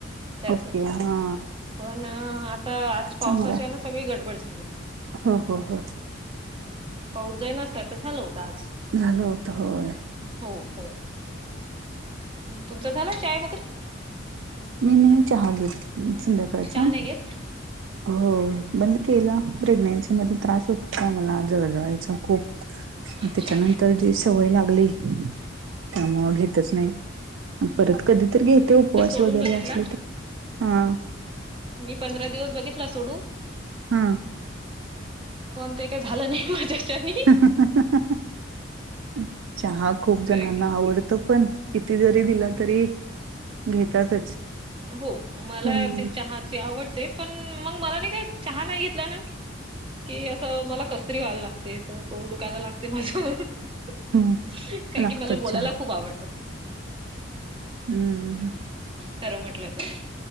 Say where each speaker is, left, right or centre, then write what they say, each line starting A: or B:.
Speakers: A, on the right (about 25°); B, on the right (about 70°).
A: त्याच
B: ओके हा
A: पण अ आता आज. पावसाच्या
B: चांगलंय
A: ना सगळी गडबड झाली
B: हो हो हो
A: पाऊस जाई ना. त्याच झालं होत आज.
B: झालं होत होय
A: हो हो तुमचा झाला चाय वगैरे.
B: मी नही चहा घेत संध्याकाळचा.
A: चहा नाही घेत
B: हो बंद केलं प्रेग्नेन्सी मध्ये त्रास होत होता. मला जळजळचा खूप. त्याच्यानंतर
A: अच्छा
B: जी सवय लागली. त्यामुळे घेतच नाही परत कधी तर घेते उपवास.
A: सोडुन
B: वगैरे
A: बघितला
B: असले तर हा
A: मी पंधरा दिवस बघितला सोडून.
B: हा.
A: पण ते काय झालं नाही माझ्याच्यानी.
B: अअअअ अ चहा खूप जणांना
A: कारण की
B: आवडतो पण. किती जरी दिला तरी घेतातच.
A: हो मला
B: पण
A: ते चहात. ते. आवडते पण मग मला नाही काय चहा नाही घेतला ना कि असं मला कसतरी व्हायला लागते अस तोंड. दुखायला लागते माझ कारण
B: हम्म लागतो
A: की मला बोलायला
B: चहा
A: खूप आवडत.
B: हम्म् ह.
A: खरं म्हटलं तर